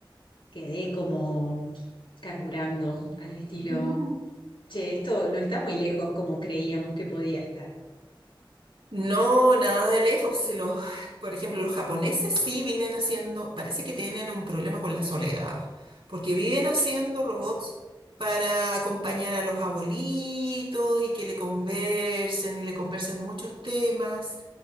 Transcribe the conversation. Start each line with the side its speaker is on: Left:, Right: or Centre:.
Left: quedé como carburando al estilo,
Right: <laughs>
Left: che, esto no está muy lejos como creíamos que podía estar.
Right: No, nada de lejos. pues, Si los, por ejemplo, los japoneses sí viven haciendo, parece que tienen un problema con la soledad, porque viven haciendo robots para acompañar a los abuelitos y que le conversen y le conversen muchos temas